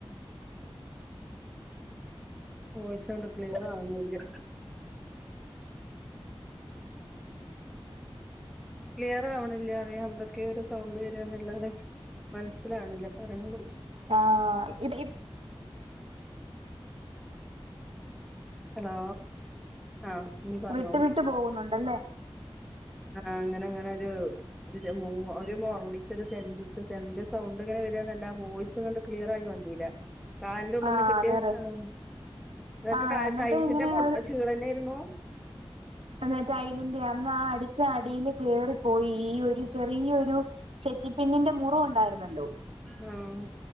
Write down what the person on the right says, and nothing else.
ആഹ് ഇഡ്ലിപ്പ്
വിട്ട് വിട്ട് പോകുന്നുണ്ടല്ലേ
ആ
അതെ അതെ
ആ
എന്നിട്ട്
ഇങ്ങനെ
അന്ന് ടൈലിന്റെയന്ന് ആ അടിച്ച അടീല് കേറിപ്പോയി ഈ ഒരു ചെറിയൊരു സെറ്റിപ്പിന്നിന്റെ മുറിവൊണ്ടായിരുന്നല്ലോ